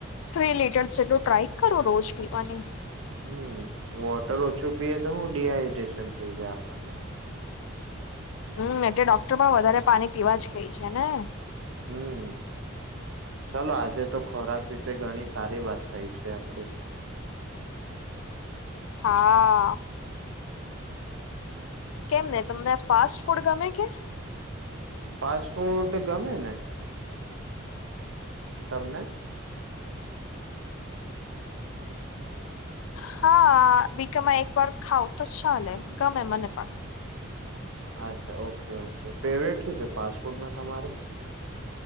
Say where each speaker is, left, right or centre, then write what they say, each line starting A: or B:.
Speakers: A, on the left; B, on the right.
A: three litre, ટ્ર કરો રોજ પીવા ની.
B: હમ, વોટર ઓછું પીએ તો, હુ ડીહાઈડ્રેશન થઇ જાય આપણને
A: હમ, એટલે ડોક્ટર પણ વધારે પાણી, પીવા જ ખઈ છે ને.
B: હમ્મ ચાલો આજે તો ખોરાક વિશે ઘણી સારી વાત થઈ છે, આપડી
A: હા. કેમ, ને તમને ફાસ્ટ ફૂડ ગમે કે
B: ફાસ્ટ-ફૂડ ગમે ને. તમને.
A: હા, વીકમાં એક વાર ખાવ તો ચાલે, ગમે મને પણ.
B: અચ્છા ઓકે -ઓકે ફેવરેટ શું છે ફાસ્ટ ફૂડમાં તમારે